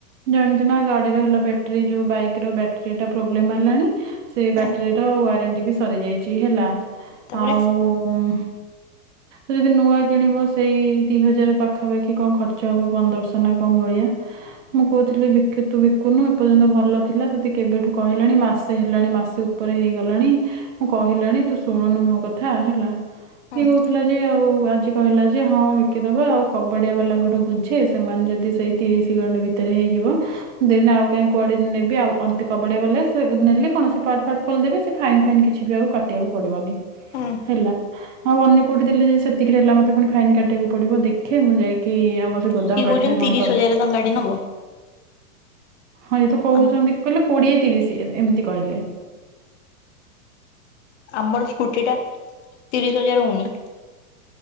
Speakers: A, on the right; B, on the left.
A: ଜାଣିଛ ନା ଗାଡ଼ିର ହେଲା ବେଟ୍ ରି ଯୋଉ ବାଇକର ବ୍ୟାଟ୍ ରୀଟା ପ୍ରୋବ୍ଲେମ୍ ହେଲାଣି। ସେ ବ୍ୟାଟ୍
B: ହୁଁ
A: ରୀର ୱାରେଣ୍ଟି ବି ସରିଯାଇଛି ହେଲା
B: ତାପରେ
A: ଆଉ ଯଦି ନୂଆ କିଣିବ ସେଇ ଦି ହଜାର୍ ପାଖାପାଖି କଁ ଖର୍ଚ୍ଚ ହବ ପନ୍ଦର୍ସ ନା କଁ ଭଳିଆ। ମୁଁ କହୁଥିଲି ବି କେ <unintelligible> କୁନୁ ଏପର୍ଯ୍ୟନ୍ତ ଭଲ ଥିଲା ତତେ କେବେଠୁ କହିଲାଣି ମାସେ ହେଲାଣି ମାସେ ଉପରେ ହେଇଗଲାଣି ମୁଁ କ କହିଲାଣି ତୁ ଶୁଣୁନୁ ମୋ କଥା ହେଲା।
B: ହୁଁ
A: ହି କହୁଥିଲା ଯେ ଆଉ ଆଜି କହିଲା ଯେ ହଁ ବିକିଦବା ଆଉ କବାଡ଼ିଆ ବାଲାଙ୍କଟୁ ବୁଝେ ସେମାନେ ଯଦି ସେଇ ତିରିଶି <unintelligible> ବି ତେରେ ହେଇଯିବ ଦେନ୍ ଆଉ କାଇଁ କୁଆଡ଼େ ନେବି ଆଉ ଅନ୍ତେ କବାଡି଼ଆ ବାଲା ସେ ଗ୍ ନେଲେ କଣ ପାଟ୍ ଫାଟ୍ ଖୋଲ୍ ଲ୍ ଦେବେ ସେ ଫାଇନ୍ ଫାଇନ୍ କିଛି ବି ଆଉ କାଟିବାକୁ ପଡ଼ିବନି।
B: ହୁଁ
A: ହେଲା ଆଉ ଅନ୍ୟ କୋଉଟି ଦେଲେ ଯଦି ସେତିକିରେ ହେଲା ମତେ ପୁଣି ଫାଇନ୍ କାଟିବାକୁ ପଡ଼ିବ ଦେଖେ ମୁଁ ଯାଇକି ଆମ ତ୍ ଗୋଦାମ୍
B: ସିଏ
A: ପାଖରେ
B: କହୁଛନ୍ତି
A: କଣ
B: ତିରିଶ
A: <unintelligible>
B: ହଜାରରେ ତାଙ୍କ ଗାଡି ନବ
A: ହଁ ଇଏ ତ କହୁଛନ୍ତି
B: ଆମ
A: କହିଲେ କୋଡ଼ିଏ ତିରିଶି ଏ-ଏମିତି କହିଲେ।
B: ଆମର ସ୍କୁଟି ଟା ତିରିଶ୍ ହଜାର୍ ହୋଉନି।